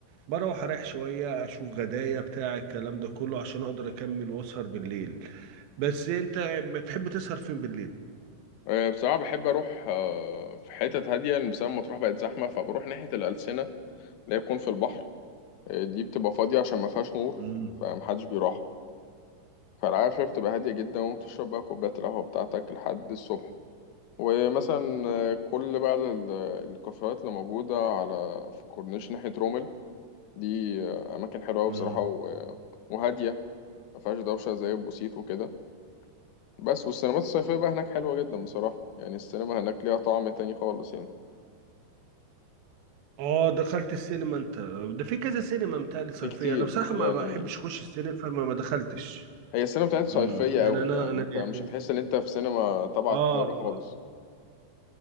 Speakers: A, on the right; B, on the left.
A: بروح اريح شويه اشوف غدايا بتاع الكلام ده كله عشان اقدر اكمل واسهر بالليل بس انت بتحب تسهر فين بالليل
B: آه، بصراحه بحب اروح آه، في حتت هاديه لسبب مطروح بقت زحمه فبروح ناحيه الالسنه اللي هي بتكون في البحر آه، دي بتبقى فاضيه عشان ما فيهاش نور
A: امم
B: فمحدش بيروح فالقعدة فيها بتبقى هادية جدا وبتشرب بقى كوباية القهوة بتاعتك لحد الصبح ومثلا آه، كل بقى ال- الكافيهات اللي موجودة على في كورنيش ناحية رومل دي آه، أماكن حلوة أوي
A: امم
B: بصراحة و- وهادية ما فيهاش دوشة زي البوسيت وكده بس والسينمات الصيفية بقى هناك حلوة جدا بصراحة يعني السينما هناك ليها طعم تاني خالص يعني
A: اه دخلت السينما انت ده في كذا سينما متهيألي صيفية
B: في كتير
A: انا بصراحة
B: يعني
A: ما بحبش اخش السينما فما ما دخلتش
B: هي السينما بتاعت صيفية
A: امم يعني
B: أوي
A: انا
B: يعني
A: انا
B: أنت
A: يعني
B: مش هتحس إن أنت في سينما تبع
A: اه
B: القاهرة
A: اه
B: خالص